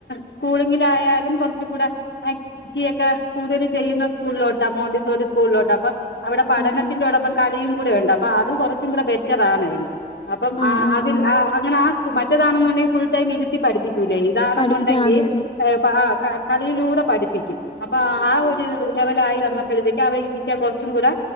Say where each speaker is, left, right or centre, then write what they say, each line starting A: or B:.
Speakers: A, on the left (about 85°); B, on the left (about 30°).
A: സ്കൂളിങ്ങിലായാലും കൊറച്ചുംകൂടെ ആക് റ്റിയൊക്കെ കൂടുതലും ചെയ്യ്ന്ന സ്കൂളിലോട്ടാ മോണ്ടിസോറി സ്കൂളിലോട്ടാ. അപ്പ അവ്ടെ പഠനത്തിൻ്റോടൊപ്പം
B: ആഹ്
A: കളിയും കൂടെയുണ്ട് അപ്പൊ അത് കൊറച്ചും കൂടെ ബെറ്ററാണ് ഇവന്. അപ്പം
B: ആഹ് ആഹ്
A: ആ
B: ആഹ്
A: അതിൽ
B: ആഹ് ആഹ്
A: ആ അങ്ങനെ ആ സ് മറ്റേതാണെന്നുണ്ടെങ്കി ഫുൾ ടൈം ഇരുത്തി പഠിപ്പിക്കൂലേയ്. ഇതാണെന്നുണ്ടെങ്കി
B: പഠിപ്പിക്കാൻ അതെ അതെ
A: ഏഹ് പ ആഹ് ക കളിയിലൂടെ പഠിപ്പിക്കും. അപ്പൊ ആ ഒരു ദ് ലെവലായി വന്നപ്പഴ്ത്തെക്ക്‌ അവൻ ഇരിക്കാൻ കൊറച്ചും കൂടെ